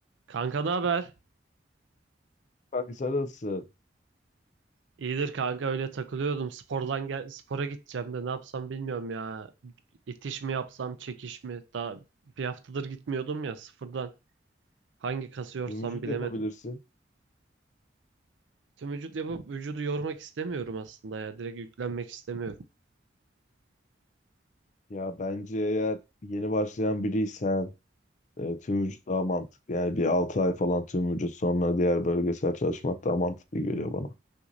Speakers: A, on the right (about 80°); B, on the left (about 40°).
A: Kanka ne haber?
B: Kanka sen nasıl?
A: İyidir kanka öyle takılıyordum. Spordan gel spora gideceğim de ne yapsam bilmiyorum ya. İtiş mi yapsam, çekiş mi? Daha bir haftadır gitmiyordum ya sıfırdan. Hangi kası yorsam
B: Tüm vücut
A: bilemedim.
B: yapabilirsin.
A: Tüm vücut yapıp vücudu yormak istemiyorum aslında ya. Direkt yüklenmek istemiyorum.
B: Ya bence eğer yeni başlayan biriysen e, tüm vücut daha mantıklı. Yani bir 6 ay falan tüm vücut sonra diğer bölgesel çalışmak daha mantıklı geliyor bana.